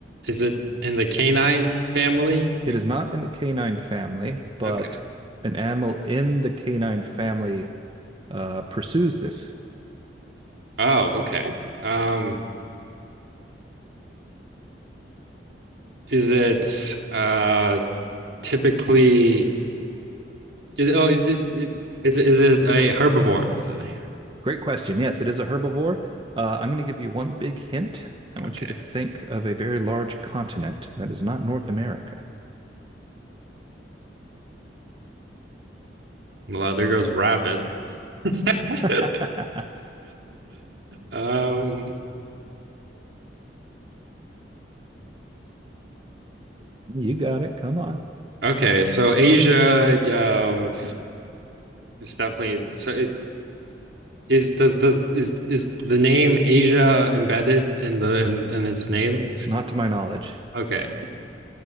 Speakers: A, on the right; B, on the right.
A: is it in the canine family?
B: It is not in the canine family, but
A: Okay.
B: an animal in the canine family uh, pursues this.
A: Oh, okay. Um, is it uh typically is oh it, it, it is it, is it a herbivore? Is it a,
B: Great question. Yes, it is a herbivore. Uh, I'm going to give you one big hint. I want
A: okay.
B: you to think of a very large continent that is not North America.
A: Well, there goes rabbit. <laughs>
B: <laughs>
A: Um,
B: you got it. Come on.
A: okay, so Asia um it's definitely so it is does does is is the name Asia embedded in the in, in its name?
B: Not to my knowledge.
A: Okay.